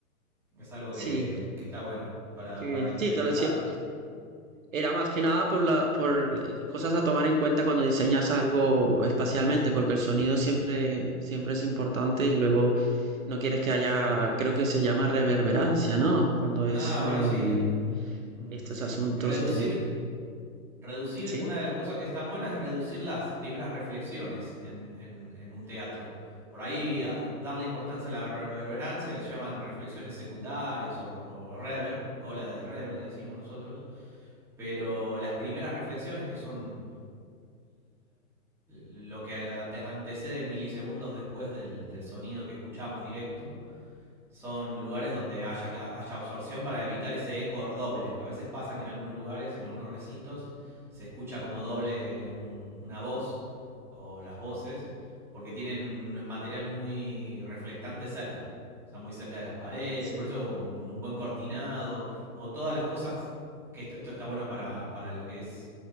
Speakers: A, in the centre; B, on the right.
A: es algo
B: Sí,
A: que, que está bueno para,
B: qué
A: para
B: bien. Sí,
A: implementar.
B: te lo decía. Era más que nada por la, por eh, cosas a tomar en cuenta cuando diseñas algo espacialmente, porque el sonido siempre, siempre es importante y luego no quieres que haya, creo que se llama reverberancia, ¿no? Cuando es
A: Ah, bueno,
B: eh,
A: sí, mm,
B: estos
A: sí.
B: asuntos
A: Reducir
B: y tenés,
A: reducir,
B: ¿sí?
A: una de las cosas que están buenas es reducir las primeras reflexiones en, en, en un teatro. Por ahí darle importancia a la reverberancia, que se llaman reflexiones secundarias o, o reverb, cola de reverb le decimos nosotros, pero las primeras reflexiones que son lo que antecede milisegundos después del, del sonido que escuchamos directo, son lugares donde haya, haya absorción para evitar ese eco doble. A veces pasa que en algunos lugares, en algunos recintos, se escucha como doble un- una voz o las voces, porque tienen material muy reflectante cerca, o sea, muy cerca de las paredes,
B: Sí,
A: por eso un, un buen cortinado o todas las cosas, que esto, esto está bueno para, para lo que es